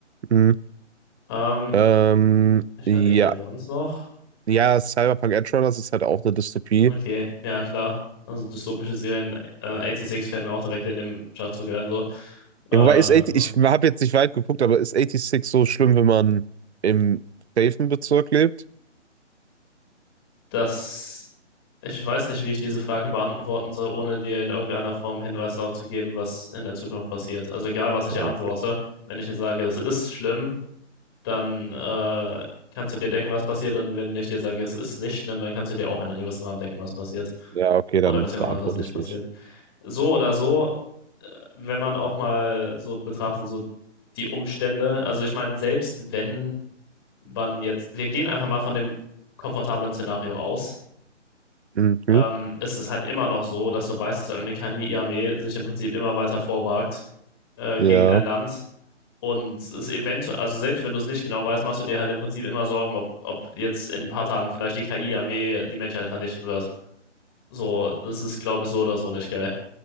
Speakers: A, on the right (about 60°); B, on the left (about 20°).
A: Hm.
B: Ähm,
A: Ähm,
B: ich
A: ja.
B: überlege ja sonst noch.
A: Ja, Cyberpunk Edgerunners ist halt auch eine Dystopie.
B: Okay, ja klar. Also dystopische Serien, äh, 86 fällt mir auch direkt in dem Schachzug ein, so. Äh,
A: Ja, wobei ist 80,
B: so.
A: ich habe jetzt nicht weit geguckt, aber ist 86 so schlimm, wenn man im safen Bezirk lebt?
B: Das, ich weiß nicht, wie ich diese Frage beantworten soll, ohne dir in irgendeiner Form Hinweis darauf zu geben, was in der Zukunft passiert. Also egal, was ich hier
A: Okay.
B: antworte, wenn ich jetzt sage, es ist schlimm, dann äh, kannst du dir denken, was passiert. Und wenn ich dir sage, es ist nicht schlimm, dann kannst du dir auch in einem gewissen Rahmen denken, was passiert.
A: Ja, okay, dann
B: Oder beziehungsweise
A: beantworte
B: was nicht
A: es
B: passiert.
A: nicht.
B: So oder so, äh, wenn man auch mal so betrachtet, so die Umstände. Also ich meine, selbst wenn man jetzt, wir gehen einfach mal von dem komfortablen Szenario aus
A: Mhm.
B: ähm, ist es halt immer noch so, dass du weißt, dass irgendeine Kami-Armee sich im Prinzip immer weiter vorwagt äh,
A: Ja.
B: gegen dein Land. Und es eventuell, also selbst wenn du es nicht genau weißt, machst du dir halt im Prinzip immer Sorgen, ob, ob jetzt in ein paar Tagen vielleicht die KI-Armee die Menschheit vernichten wird. So, das ist, glaube ich, so oder so nicht geil.